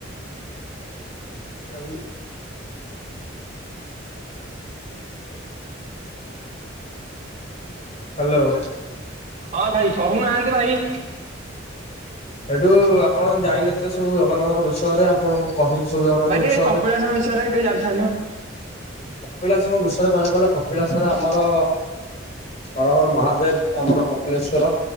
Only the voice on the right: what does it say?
ହଁ ଭାଇ କହୁନାହାନ୍ତି କି
ଭାଇ ଟିକେ
କପିଳାସ ବିଷୟରେ ଟିକେ ଜାଣିଥାନ୍ତି ମ।